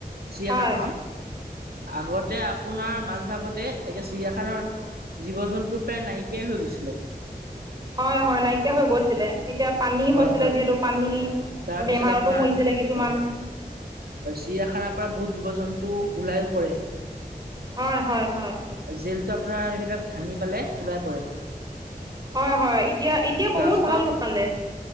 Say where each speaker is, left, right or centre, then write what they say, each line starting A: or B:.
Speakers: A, on the right; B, on the right.
A: চিৰিয়াখানাখন।
B: হয়
A: আগতে আপোনাৰ মাজ ভাগতে তাকে চিৰিয়াখানৰ জীৱ-জন্তু প্ৰায় নাইকিয়াই হৈ গৈছিলে।
B: হয় হয় নাইকিয়া হৈ গৈছিলে তেতিয়া পানী
A: হয়
B: হৈছিলে
A: হয়
B: যিহেতু পানী,
A: তাৰপিছত
B: বেমাৰতো
A: আপোনাৰ
B: মৰিছিলে কিছুমান।
A: হয় হয় চিৰিয়াখানাৰ পৰা বহুত জীৱ-জন্তু ওলাই ও পৰে।
B: হয় হয় হয়।
A: জেলটো আপোনাৰ এইবিলাক ভাঙি পেলাই ওলাই পৰে
B: হয় হয় এতিয়া এতিয়া বহুত
A: লাষ্টত
B: ভাল বনালে।